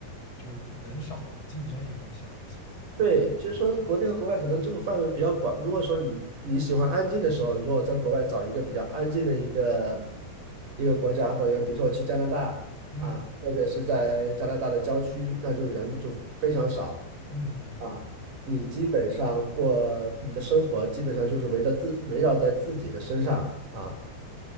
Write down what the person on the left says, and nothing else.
就是人少嘛，竞争也更小一些。
嗯
嗯嗯，